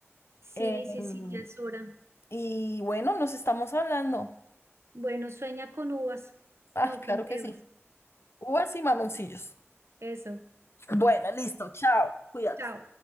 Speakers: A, on the right (about 65°); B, on the left (about 60°).
A: Sí,
B: Em,
A: sí, sí, ya es hora.
B: Y bueno, nos estamos hablando.
A: Bueno, sueña con uvas,
B: Ah,
A: no
B: claro
A: con pebas.
B: que sí. Uvas y mamoncillos.
A: Eso.
B: Bueno, listo. Chao. Cuídate.
A: Chao.